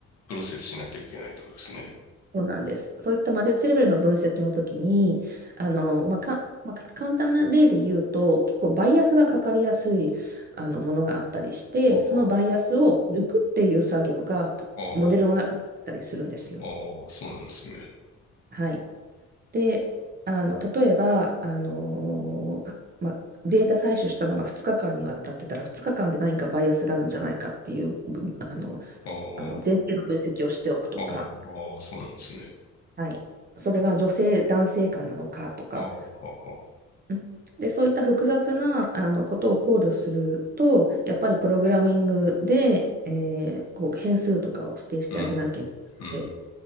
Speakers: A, on the left (about 60°); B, on the right (about 30°).
A: プロセスしなきゃいけないってことですね。
B: そうなんです。そういったマルチレベルの分析の時に、あの、まあ、か、まあ、か簡単な例で言うと、結構バイアスがかかりやすいあのものがあったりして、
A: ああ、
B: そのバイアスを抜くっていう作業がプモデルの中であったりするんですよ。
A: ああ、ああ、そうなんですね。
B: はい。で、あの、例えば、あの、あまあ、データ採取したのが2日間にわたってたら、2日間で何かバイアスがあるんじゃないかっていう、ぶあの、
A: あ
B: あの前提の分析をしておくとか、
A: あ、ああ、ああ、そうなんですね。
B: はい、それが女性、男性間なのかとか、
A: ああ、はあ、はあ、
B: うんで、そういった複雑なあのことを考慮すると、やっぱりプログラミングで、えーこう変数とかを指定してあげなきゃいけなくて、
A: うん、う